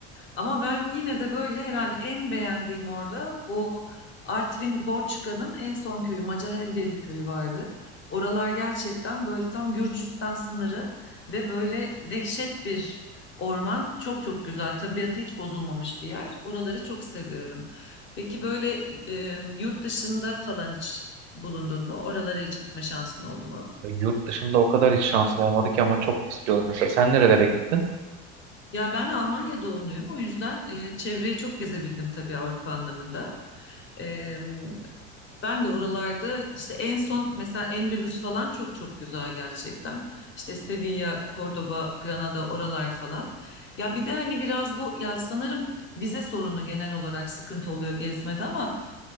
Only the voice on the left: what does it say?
Ama ben yine de böyle herhalde en beğendiğim orada bu Artvin Borçka'nın en son köyü Macahel diye bir köyü vardı. Oralar gerçekten böyle tam Gürcistan sınırı ve böyle dehşet bir orman. Çok çok güzel. Tabiatı hiç bozulmamış bir yer. Oraları çok seviyorum. Peki böyle e, yurt dışında falan hiç bulundun mu? Oralara hiç gitme şansın oldu mu?
Ya ben Almanya doğumluyum. O yüzden e, çevreyi çok gezebildim tabii Avrupa anlamında. E, ben de oralarda işte en son mesela Endülüs falan çok çok güzel gerçekten. İşte Sevilla, Cordoba, Granada oralar falan. Ya bir de hani biraz bu ya sanırım vize sorunu genel olarak sıkıntı oluyor gezmede ama